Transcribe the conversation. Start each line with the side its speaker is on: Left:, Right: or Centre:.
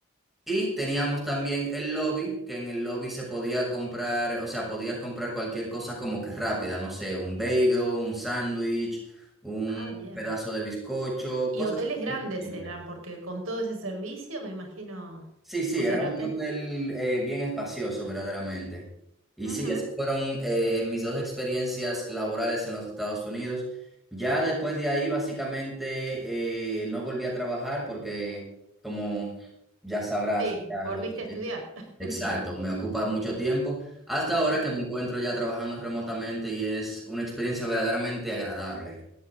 Centre: Y teníamos también el lobby, que en el lobby se podía comprar, o sea, podías comprar cualquier cosa como que rápida, no sé, un bagel, un sándwich, un
Right: Ah, bien.
Centre: pedazo de bizcocho,
Right: Y
Centre: cosas
Right: hoteles grandes
Centre: simples.
Right: serán, porque con todo ese servicio me imagino,
Centre: Sí, sí,
Right: o
Centre: era
Right: sea, el
Centre: un
Right: hotel.
Centre: hotel eh, bien espacioso, verdaderamente. Y
Right: Ujú,
Centre: sí, esas fueron eh, mis dos experiencias laborales en los Estados Unidos. Ya después de ahí, básicamente, eh, no volví a trabajar porque, como ya sabrás,
Right: Sí,
Centre: o sea,
Right: volviste
Centre: lo que...
Right: a estudiar.
Centre: Exacto,
Right: <laughs>
Centre: me ocupa mucho tiempo. Hasta ahora
Right: Claro.
Centre: que me encuentro ya trabajando remotamente y es una experiencia verdaderamente agradable.